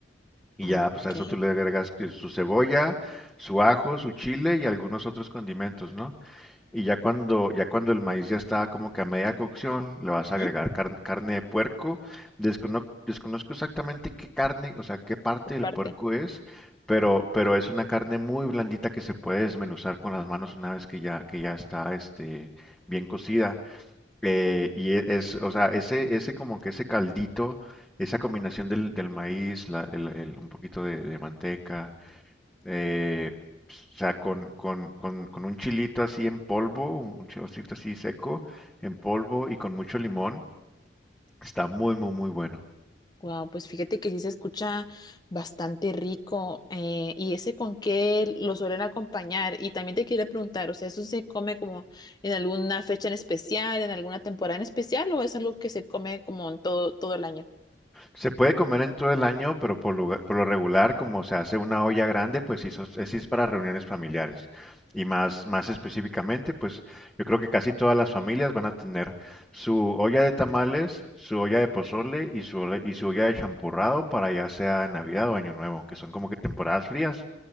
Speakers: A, in the centre; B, on the left.
A: Y
B: Ah,
A: ya
B: ok.
A: pues a eso tú le agregas que su cebolla, su ajo, su chile y algunos otros condimentos, ¿no? Y ya cuando, ya cuando el maíz ya está como que a media cocción, le vas
B: Ujú,
A: a agregar car- carne de puerco. Descono- desconozco exactamente qué carne, o sea, qué parte
B: tu
A: del
B: parte.
A: puerco es, pero, pero es una carne muy blandita que se puede desmenuzar con las manos una vez que ya, que ya está este, bien cocida. Eh, y e- es, o sea, ese, ese como que ese caldito, esa combinación del, del maíz, la- el- el- un poquito de de manteca eh, pues, o sea, con, con, con, con un chilito así en polvo, un chilocito así seco, en polvo y con mucho limón, está muy, muy, muy bueno.
B: Wow, pues fíjate que sí se escucha bastante rico. eh, ¿y ese con qué lo suelen acompañar? Y también te quería preguntar, o sea, ¿eso se come como en alguna fecha en especial, en alguna temporada en especial, o es algo que se come como en todo, todo el año?
A: Se puede comer en todo el año, pero por lo, por lo regular, como se hace una olla grande, pues sí, so- sí es para reuniones familiares. Y más, más específicamente, pues yo creo que casi todas las familias van a tener su olla de tamales, su olla de pozole y su, ole- y su olla de champurrado para ya sea Navidad o Año Nuevo, que son como que temporadas frías.